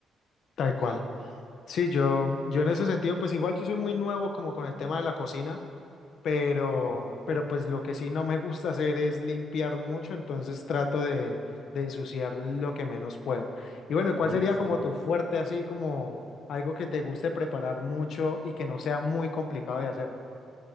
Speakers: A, on the left (about 60°); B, on the right (about 25°).
A: Tal cual. Sí, yo, yo en ese sentido, pues igual yo soy muy nuevo como con el tema de la cocina. pero,
B: Ajá.
A: pero pues lo que sí no me gusta hacer es limpiar mucho, entonces trato de, de ensuciar lo que menos puedo. Y bueno,
B: Lo
A: ¿cuál
B: menos
A: sería
B: posible.
A: como tu fuerte, así como algo que te guste preparar mucho y que no sea muy complicado de hacer?